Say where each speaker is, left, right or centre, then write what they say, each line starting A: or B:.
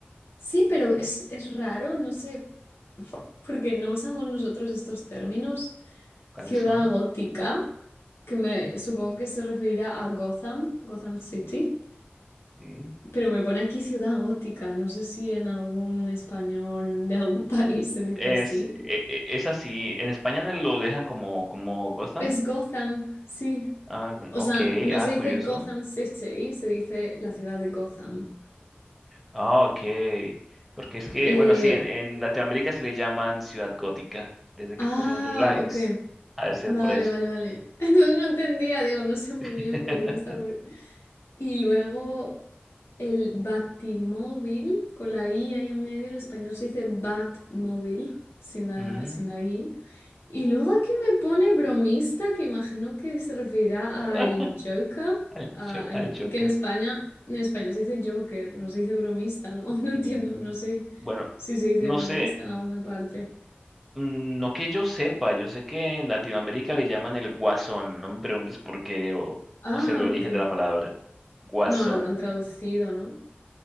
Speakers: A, on the left (about 80°); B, in the centre.
A: sí, pero es, es raro, no sé, porque no usamos nosotros estos términos.
B: ¿Cuáles
A: Ciudad
B: son?
A: gótica, que me supongo que se referirá a Gotham, Gotham City,
B: Sí.
A: pero me pone aquí ciudad gótica. No sé si en algún español de algún <laughs> país se dice
B: Es,
A: así.
B: e- e- es así. En España no lo dejan como, como Gotham.
A: Es Gotham, sí.
B: Ah,
A: O
B: ok,
A: sea, no
B: ah,
A: se dice
B: curioso.
A: Gotham City, se dice la ciudad de Gotham.
B: Ah, ok. Porque es que,
A: Eh,
B: bueno, sí, en, en Latinoamérica sí le llaman Ciudad Gótica, desde
A: ah,
B: que pues los doblajes.
A: ok.
B: Ha de ser
A: Vale,
B: por eso.
A: vale, vale. <laughs> Entonces no entendía, digo, no sé muy
B: <laughs>
A: bien por qué me está... poni- Y luego el batimóvil, con la I ahí en medio, en español se dice batmóvil, sin la,
B: Mm,
A: sin la I. Y luego aquí me pone bromista, que imagino que se referirá a
B: ah,
A: el Joker,
B: al,
A: a
B: Jo-
A: el-
B: al Joker.
A: que en España, en español se dice Joker, no se dice bromista, ¿no? <laughs> No entiendo,
B: Mm,
A: no sé
B: Bueno,
A: si se dice
B: no
A: bromista
B: sé,
A: en alguna parte.
B: mm, no que yo sepa, yo sé que en Latinoamérica le llaman el guasón, no me preguntes por qué o
A: Ah,
B: no sé el origen
A: ok.
B: de la palabra, guasón.
A: No, lo habrán traducido, ¿no?